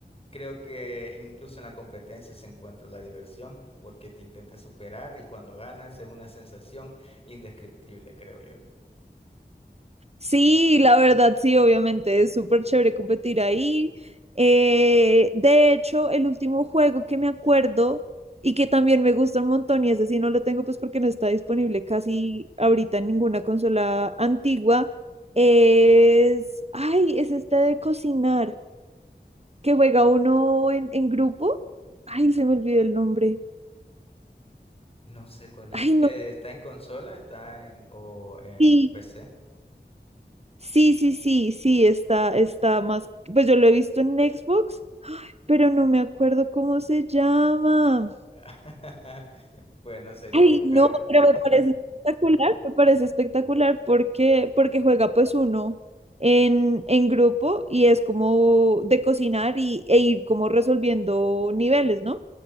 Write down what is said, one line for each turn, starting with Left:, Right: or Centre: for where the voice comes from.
Left: creo que incluso en la competencia se encuentra la diversión, porque te intentas superar y cuando ganas es una sensación indescriptible, creo yo.
Right: Sí, la verdad, sí, obviamente es súper chévere competir ahí. Eh, de hecho, el último juego que me acuerdo y que también me gusta un montón, y ese sí no lo tengo pues porque no está disponible casi ahorita en ninguna consola antigua, es, ay, es este de cocinar, que juega uno en, en grupo. Ay, se me olvidó el nombre.
Left: No sé cuál es.
Right: Ay, no.
Left: Eh, ¿está en consola? ¿Está en o en
Right: Sí,
Left: PC?
Right: sí, sí, sí, sí, está, está más, pues yo lo he visto en Xbox. pero no me acuerdo cómo se llama.
Left: <laughs> Bueno, sería
Right: Ay,
Left: buscarlo.
Right: No, pero me
Left: <laughs>
Right: parece espectacular, me parece espectacular porque, porque juega pues uno en, en grupo y es como de cocinar y, e ir como resolviendo niveles, ¿no?